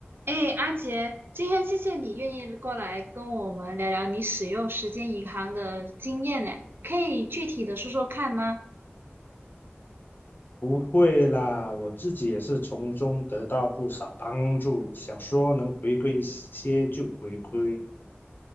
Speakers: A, on the right (about 60°); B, on the left (about 50°).
A: 哎，阿杰，今天谢谢你愿意过来跟我们聊聊你使用时间银行的经验呢，可以具体的说说看吗？
B: 不会啦，我自己也是从中得到不少帮助，想说能回馈一些就回馈，